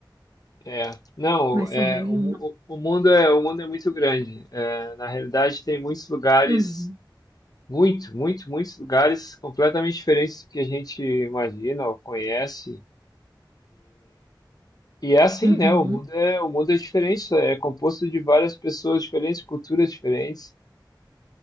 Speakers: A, on the left; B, on the right.
A: é. Não,
B: Mas
A: é,
B: também
A: o, mu-
B: uma.
A: o mundo é, o mundo é muito grande. É, na realidade, tem muitos lugares,
B: Uhum,
A: muito, muito, muitos lugares completamente diferentes do que a gente imagina ou conhece. E é assim,
B: uhum.
A: né? O mundo é, o mundo é diferente, é composto de várias pessoas diferentes, culturas diferentes.